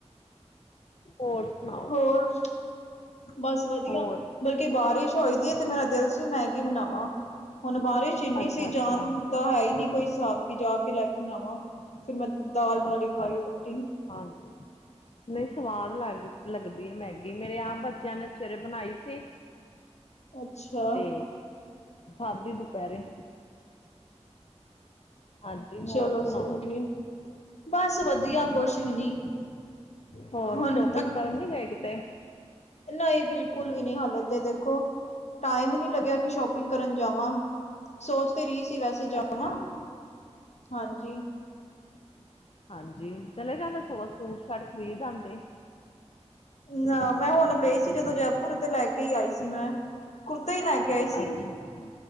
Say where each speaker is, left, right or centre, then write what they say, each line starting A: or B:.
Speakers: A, on the left (about 55°); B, on the left (about 70°).
A: ਔਰ ਸੁਣਾਓ?
B: ਹੋਰ ਬਸ ਵਧੀਆ
A: ਹੋਰ
B: ਬਲਕਿ ਬਾਰਿਸ਼ ਹੋਈ ਦੀ ਏ ਤੇ ਮੇਰਾ ਦਿਲ ਸੀ ਮੈਗੀ ਬਣਾਵਾਂ। ਹੁਣ ਬਾਰਿਸ਼ ਇੰਨੀ
A: ਅੱਛਾ
B: ਸੀ
A: ਅੱਛਾ
B: ਜਾਨ ਤਾਂ ਹੈ ਈ ਨੀ ਕੋਈ ਹਿਸਾਬ ਕਿ ਜਾ ਕੇ ਲੈ ਕੇ ਆਵਾਂ, ਫਿਰ ਮੈਂ ਦਾਲ ਨਾਲ
A: ਅੱਛਾ
B: ਈ ਖਾਈ ਰੋਟੀ।
A: ਹਾਂਜੀ। ਨਈ ਸਵਾਦ ਲੱਗ ਲੱਗਦੀ ਏ ਮੈਗੀ ਮੇਰੇ ਆਪ ਬੱਚਿਆਂ ਨੇ ਸਵੇਰੇ ਬਣਾਈ ਸੀ
B: ਅੱਛਾ
A: ਤੇ ਖਾਂਦੀ ਦੁਪੈਰੇ। ਹਾਂਜੀ ਹੋਰ
B: ਚਲੋ
A: ਸੁਣਾਓ,
B: ਸਹੀ ਹੈ। ਬਸ ਵਧੀਆ
A: ਹਾਂਜੀ।
B: ਕੁਛ ਵੀ ਨੀ
A: ਹੋਰ
B: ਹੁਣ
A: ਸ਼ੋਪਿੰਗ ਕਰਨ ਨੀ ਗਏ ਕਿਤੇ?
B: ਨਈ ਬਿਲਕੁੱਲ ਵੀ ਨੀ ਹਲੇ ਤੇ ਦੇਖੋ ਟਾਈਮ ਈ ਨੀ ਲੱਗਿਆ ਕਿ ਸ਼ੋਪਿੰਗ ਕਰਨ ਜਾਵਾਂ। ਸੋਚ ਤੇ ਰੀ ਸੀ ਵੈਸੇ ਜਾਵਾਂ,
A: ਅੱਛਾ
B: ਹਾਂਜੀ।
A: ਹਾਂਜੀ ਚਲੇ ਜਾਂਦੇ ਸਗੋਂ ਸੂਟ ਸਾਟ ਖ਼ਰੀਦ ਆਂਦੇ।
B: ਨਾ ਮੈਂ ਹੁਣ ਗਈ ਸੀ ਜਦੋਂ ਜੈਪੁਰ ਤੇ ਲੈ ਕੇ ਈ ਆਈ ਸੀ ਮੈਂ। ਕੁੁਰਤੇ ਈ ਲੈ ਕੇ ਆਈ ਸੀ
A: ਅੱਛਾ ਅੱਛਾ